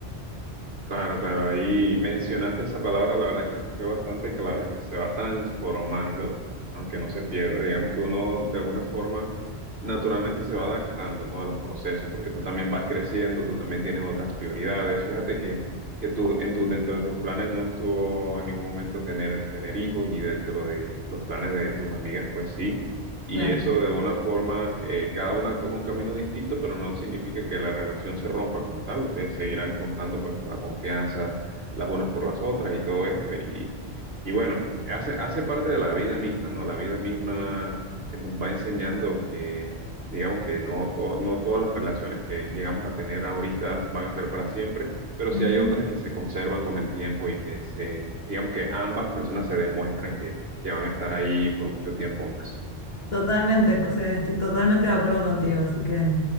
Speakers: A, on the right; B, on the left.
A: Claro, claro, ahí mencionaste esa palabra, la verdad que fue bastante clave, se va transformando, aunque no se pierde, digamos que uno de alguna forma naturalmente se va adaptando, ¿no? a los procesos, porque tú también vas creciendo, tú también tienes otras prioridades, fíjate que, que tú, en tu, dentro de tus planes no estuvo en ningún momento tener, tener hijos y dentro de los planes de tus amigas, pues sí Y
B: Claro.
A: eso de alguna forma, eh, cada una toma un camino distinto, pero no significa que la relación se rompa como tal. Ustedes seguirán contando pues la confianza las unas por las otras y todo esto. Y, y bueno, hace, hace parte de la vida misma, ¿no? La vida misma eh, nos va enseñando que, digamos que no, to- no todas las relaciones que llegamos a tener ahorita van a ser para siempre, pero sí
B: Ujú.
A: hay otras que se conservan con el tiempo y que se, digamos que ambas personas se demuestran que, que van a estar ahí por mucho tiempo más.
B: Totalmente, José, estoy totalmente de acuerdo contigo, así que